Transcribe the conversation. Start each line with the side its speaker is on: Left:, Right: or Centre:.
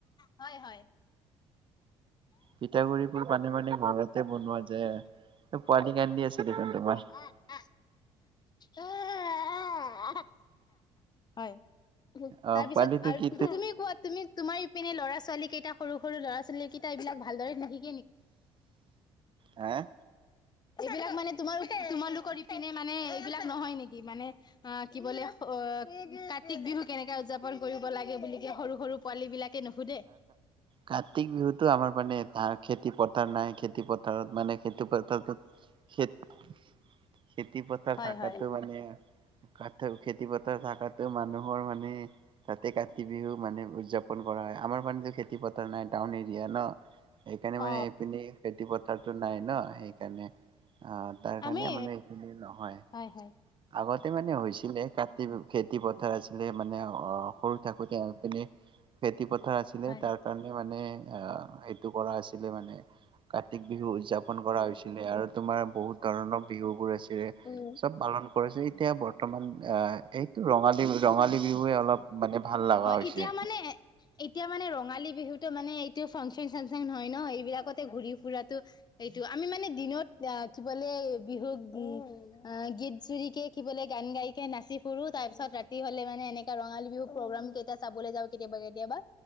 Left: হয় হয়।
Right: পিঠাগুৰিবোৰ বানী বানী ঘৰতে বনোৱা যায়। এ পোৱালি কান্দি আছে দেখোন তোমাৰ।
Left: আ আ আ, হয়,
Right: অ
Left: তাৰপিছত
Right: পোৱালিটো
Left: আৰু
Right: কি
Left: তুমি কোৱা, তুমি- তোমাৰ ইপিনে ল'ৰা ছোৱালী কেইটা সৰু সৰু ল'ৰা ছোৱালী কেইটা এইবিলাক ভালদৰে নিহি-
Right: হেঁ'
Left: এইবিলাক মানে তোমাৰ তোমালোকৰ ইপিনে মানে এইবিলাক নহয় নেকি? মানে- অঁ কি বোলে অ কাতি বিহু কেনেকে উদযাপন কৰিব লাগে বুলি কে সৰু সৰু- পোৱালী বিলাকে নুসোধে।
Right: কাতিক বিহুতো আমাৰ মানে ধান খেতি পথাৰ নাই খেতি পথাৰত মানে খেতি পথাৰটো খেত- খেতি পথাৰ
Left: হয়
Right: থাকাটো
Left: হয়
Right: মানে- কাতল খেতি পথাৰ থকাতোৱে মানুহৰ মানে- তাতে কাতি বিহু মানে উদযাপন কৰা হয়। আমাৰ মানে খেতি পথাৰ নাই টাউন এৰিয়া ন' সেইকাৰণে
Left: অ
Right: মানে এইপিনে খেতি পথাৰ- টো নাই ন সেইকাৰণে, অঁ তাৰ
Left: আমি
Right: কাৰণে মানে এইখিনি নহয়।
Left: হয় হয়।
Right: আগতে মানে হৈছিলে কাতি বিয়ো খেতি পথাৰ আছিলে মানে- অঁ' সৰু থাকোতে এপিনে খেতি পথাৰ আছিলে
Left: হয়
Right: তাৰ কাৰণ- এ মানে অঁ সেইটো কৰা আছিল- লে মানে, কাতি বিহু উদযাপন কৰা হৈছিলে আৰু তোমাৰ বহুত ধৰণৰ- বিহুবোৰ আছিলে।
Left: উম'
Right: চব পালন কৰিছে। এতিয়া বৰ- ৰ্তমান এ এইটো ৰঙালী বিহু ৰঙালী বিহুৱে অলপ মানে ভাল লগা
Left: হয়
Right: হৈছে।
Left: এতিয়া মানে এতিয়া মানে ৰঙালী বিহুটো মানে এইটো ফাংচন চাংচন হয় ন' এইবিলাকতে ঘূৰি ফুৰাটো- এইটো আমি মানে দিনত আহ কি বোলে বিহুক উম- অঁ' গীত জুৰি কে কি বলে গান গাই- কে নাচি ফুৰো। তাৰ পিছত ৰাতি হলে মানে এনেকা ৰঙালী বিহু প্ৰগ্ৰাম কেইটা চাবলে যাওঁ কেতিয়াবা কেতিয়াবা।